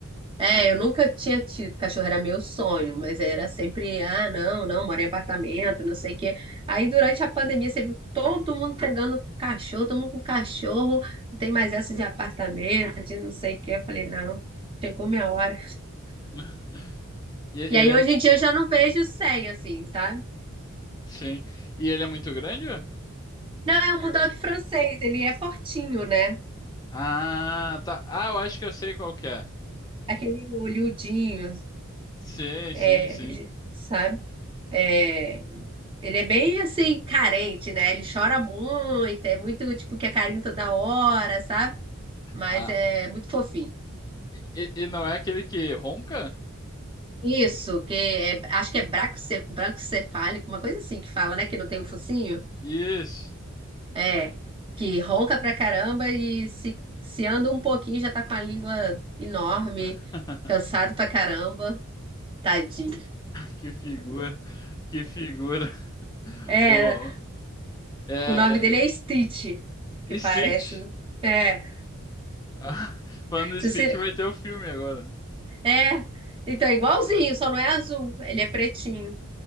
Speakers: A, on the right (about 25°); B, on the left (about 20°).
A: É, eu nunca tinha tido cachorro, era meu sonho, mas era sempre, ah, não, não, moro em apartamento, não sei o quê. Aí durante a pandemia você viu todo mundo pegando cachorro, todo mundo com cachorro, não tem mais essa de apartamento, de não sei o quê. Eu falei, não, chegou minha hora.
B: <laughs> E ele
A: E aí
B: é,
A: hoje em dia eu já não vejo sem, assim, sabe?
B: sim. E ele é muito grande?
A: Não, é um bulldog francês, ele é fortinho, né?
B: Ah, tá. Ah, eu acho que eu sei qual que é.
A: Aquele olhudinho,
B: Sim,
A: é,
B: sim, sim.
A: sabe? É, ele é bem assim, carente, né? Ele chora muito, é muito tipo que é carinho toda hora, sabe? Mas
B: Ah,
A: é muito fofinho.
B: e- e- ele não é aquele que ronca?
A: Isso, que é- acho que é braquice- braquicefálico, uma coisa assim que fala, né? Que não tem o focinho.
B: Isso.
A: É, que ronca pra caramba e se, se anda um pouquinho já tá com a língua enorme,
B: <laughs>
A: cansado pra caramba, tadinho.
B: Que figura, que figura.
A: É,
B: Ô, é,
A: o nome
B: é,
A: dele é Stitch,
B: e
A: que parece.
B: Stitch.
A: né?
B: <laughs>
A: É,
B: Ah, Falando em
A: se
B: Stitch,
A: você-
B: vai ter o filme agora.
A: É, então é igualzinho, só não é azul, ele é pretinho.